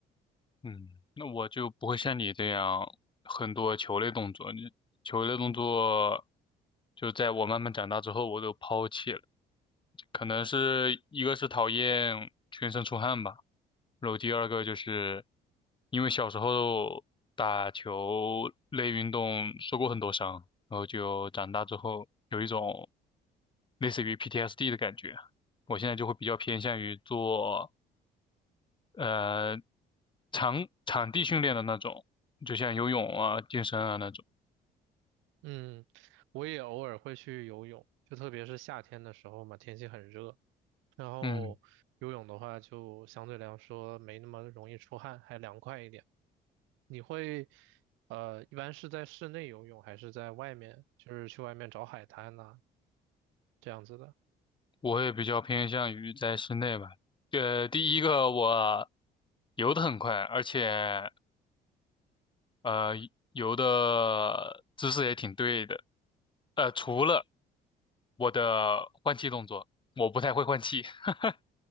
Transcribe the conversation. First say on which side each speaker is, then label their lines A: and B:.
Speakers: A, on the left; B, on the right.
A: 嗯，那我就不会像你这样很多球类动作，你球类动作就在我慢慢长大之后，我都抛弃了。可能是一个是讨厌全身出汗吧，然后第二个就是因为小时候打球类运动受过很多伤，然后就长大之后有一种类似于 PTSD 的感觉。我现在就会比较偏向于做呃场场地训练的那种，就像游泳啊、健身啊那种。
B: 嗯，我也偶尔会去游泳，就特别是夏天的时候嘛，天气很热，然后游泳的话就相对来说没那么容易出汗，
A: 嗯，
B: 还凉快一点。你会，呃，一般是在室内游泳还是在外面，就是去外面找海滩呐、这样子的？
A: 我也比较偏向于在室内吧。呃，第一个我游得很快，而且呃游的姿势也挺对的。呃，除了我的换气动作，我不太会换气。<laughs>